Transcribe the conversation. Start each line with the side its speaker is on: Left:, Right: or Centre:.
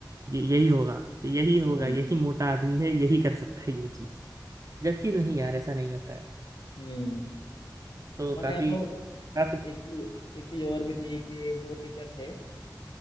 Right: ये यही होगा यही होगा
Left: हम्म
Right: यही मोटा आदमी है यही कर सकता है ये चीज जबकि नहीं यार ऐसा नहीं होता है
Left: हम्म
Right: तो
Left: हमारे
Right: काफी
Left: यहाँ तो
Right: काफी
Left: एक चीज एक चीज और भी थी कि जो टीचर थे